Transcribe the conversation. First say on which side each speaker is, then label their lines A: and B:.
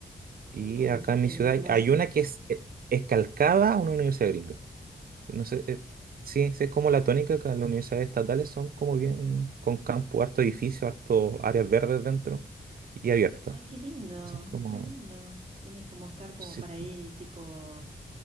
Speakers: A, on the right; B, on the right.
A: Y
B: Mm,
A: acá en
B: me
A: mi ciudad
B: la imagino
A: hay una que es, es calcada a una universidad gringa. No sé, eh, sí, sí, es como la tónica que en las universidades estatales son como bien con campo, harto edificio, harto áreas verdes dentro y abiertas.
B: Ay, qué lindo,
A: Eso es como...
B: re lindo. Tienes como estar como
A: Sí,
B: para ahí, tipo,